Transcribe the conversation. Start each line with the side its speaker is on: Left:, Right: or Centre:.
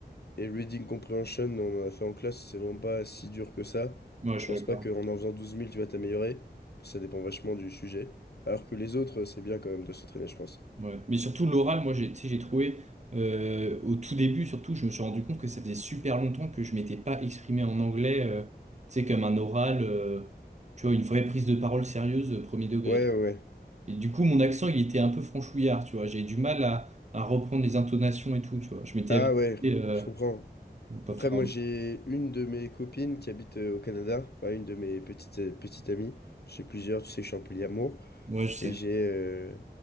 Left: et reading comprehension, on en a fait en classe, c'est vraiment pas si dur que ça.
Right: Ouais,
Left: Je
Right: je suis
Left: pense
Right: d'accord.
Left: pas qu'en en faisant douze 000, tu vas t'améliorer. Ça dépend vachement du sujet. Alors que les autres, c'est bien quand même de s'entraîner, je pense.
Right: Ouais. Mais surtout, l'oral, moi, j'ai, tu sais, j'ai trouvé, euh, au tout début, surtout, je me suis rendu compte que ça faisait super longtemps que je m'étais pas exprimé en anglais, euh, tu sais, comme un oral, euh, tu vois, une vraie prise de parole sérieuse, euh, premier degré.
Left: Ouais, ouais. ouais.
Right: Et du coup, mon accent, il était un peu franchouillard, tu vois. J'ai du mal à, à reprendre les intonations et tout, tu vois. Je m'étais
Left: Ah
Right: habitué,
Left: ouais,
Right: euh,
Left: je comprends.
Right: enfin,
Left: Après, moi, j'ai une de mes copines qui habite euh, au Canada, enfin, une de mes petites, euh, petites amies. J'ai plusieurs, tu sais que je suis un polyamour.
Right: ouais, je sais.
Left: Et j'ai euh,